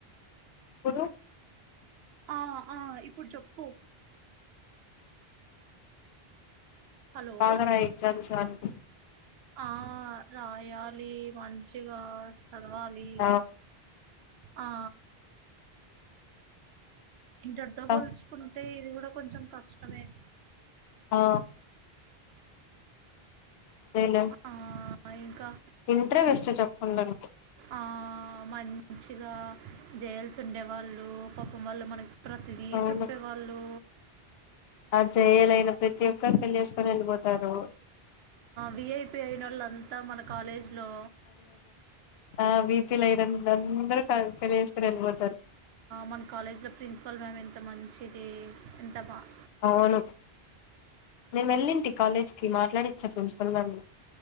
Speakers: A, on the left; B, on the right.
A: పు
B: ఆ ఆ ఇప్పుడు చెప్పు హలో
A: బాగరాయ్ ఎగజామ్స్ అంటి
B: ఆ రాయాలీ మంచిగా చదవాలి
A: ఆ
B: ఆ ఇంటర్
A: అంతా
B: తో పోల్చుకున్ టె ఇది గూడ కొంచం కష్టమే
A: ఆ అదేలె
B: ఆ ఇంకా
A: ఇంట్రే బెస్ట్ చెప్పలంటె
B: ఆ మంచిగా జెఎల్స్ ఉండేవాళ్ళు పాపం వాళ్ళు మనకి ప్రతిదీ
A: అవును
B: చెప్పేవాళ్ళు
A: ఆ చేయలేని ప్రతి ఒక్కరు పెళ్ళి వేసుకొని వెళ్ళిపోతారు
B: విఐపి అయిన వాళ్ళంతా మన కాలేజ్లో
A: ఆ వీపి లు ఐదంద అందరు పెళ్లి చేసుకొని వెళ్ళిపోతారు
B: మన కాలేజ్లో ప్రిన్సిపల్ మ్యామ్ ఎంత మంచిది ఎంత బాగా
A: అవును నేను వెళ్ళింటి కాలేజ్ కి మాట్లాడిచ్చ ప్రిన్స్ <unintelligible>